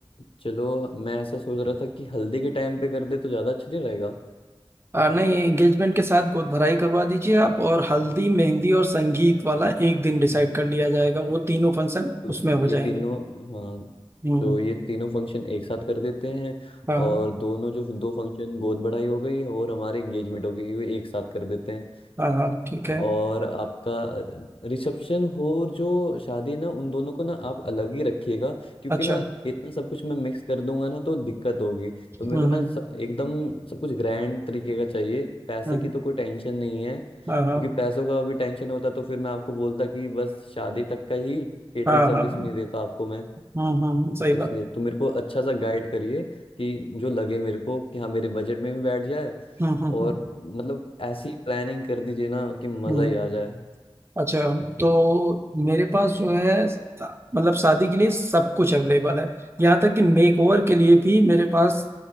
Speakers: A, on the left; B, on the right.
A: चलो मैं ऐसा सोच रहा था कि हल्दी के टाइम पे कर दे तो ज्यादा अच्छा नहीं रहेगा
B: आ, नहीं एंगेजमेंट के साथ गोद भराई करवा दीजिए आप और हल्दी मेहंदी और संगीत वाला एक दिन डिसाइड
A: हम्म,
B: कर लिया जाएगा
A: हम्म।
B: वो तीनों फंक्शन
A: तो
B: उसमें हो
A: ये
B: जाएंगे
A: तीनों हाँ
B: हम्म
A: जो ये तीनों फंक्शन एक साथ कर देते हैं
B: हाँ हाँ
A: और दोनों जो दो फंक्शन गोद बढ़ाई हो गई और हमारे एंगेजमेंट हो गई वो एक साथ कर देते हैं
B: हाँ हाँ ठीक है
A: और आपका रिसेप्शन हो और जो शादी ना उन दोनों को ना आप अलग ही रखिएगा क्योंकि
B: अच्छा
A: ना इतना सब कुछ मैं मिक्स कर दूंगा ना तो दिक्कत होगी तो
B: हम्म
A: मेरे को ना
B: हम्म
A: स- एकदम सब कुछ ग्रैंड तरीके का चाहिए पैसे
B: हम्म,
A: की तो कोई टेंशन नहीं है क्योंकि
B: हाँ हाँ
A: पैसों का अभी टेंशन होता तो फिर मैं आपको बोलता कि बस शादी तक का ही केटरिंग
B: हाँ
A: सर्विस
B: हाँ हाँ
A: भी नहीं देता आपको मैं
B: हाँ हाँ हाँ सही
A: तो
B: बात
A: इसलिए तो मेरे को अच्छा सा गाइड करिए कि जो लगे मेरे को कि हाँ मेरे बजट में भी बैठ जाए
B: हाँ हाँ हाँ
A: और मतलब ऐसी प्लानिंग कर दीजिए ना कि मजा
B: हम्म
A: ही आ जाए
B: अच्छा
A: हम्म
B: तो मेरे पास जो है मतलब शादी के लिए सब कुछ अवेलेबल है यहाँ तक कि मेक ओवर के लिए भी मेरे पास